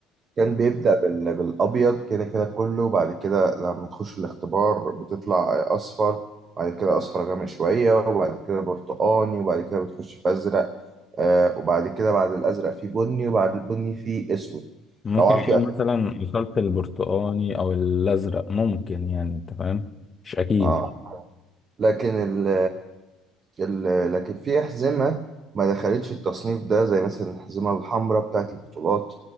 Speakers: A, on the right; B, on the left.
A: كان بيبدأ بال- بالأبيض كده كده كله بعد كده لما تخش الاختبار بتطلع أصفر بعد كده أصفر غامق شوية وبعد كده برتقاني وبعد كده بتخش في أزرق آه، وبعد كده بعد الأزرق في بني وبعد البني في أسود
B: ممكن
A: طبعا في
B: تقول
A: ألوان
B: مثلا وصلت البرتقاني او الازرق ممكن يعني انت فاهم مش اكيد
A: تانية لكن ال ال لكن في أحزمة ما دخلتش التصنيف ده زي مثلا الأحزمة الحمراء بتاعة البطولات